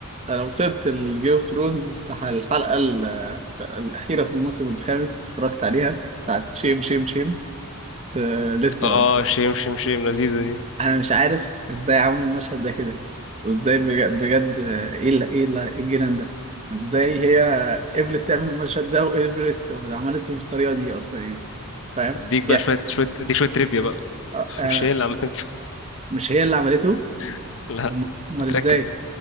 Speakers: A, on the right; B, on the left.
A: انا وصلت الجيم اوف ثرونز الحلقه ال- الاخيره في الموسم الخامس اتفرجت عليها بتاعت شيم شيم شيم آه لسه
B: اه شيم شيم شيم لذيذه دي
A: انا مش عارف ازاي عملوا المشهد ده كده وازاي بج- بجد آه، ايه ال- ايه ال- إيه الجنان ده ازاي هي قبلت تعمل
B: مم.
A: المشهد ده وقبلت وعملته بالطريقه دي اصلا يعني فاهم
B: اديك بقى
A: يعني
B: شويه شويه اديك شويه تريفيا بقى
A: آه،
B: <laughs>
A: آه،
B: مش هي اللي عملت
A: مش هي اللي عملته
B: <laughs> لا
A: أم- امال
B: متركب
A: ازاي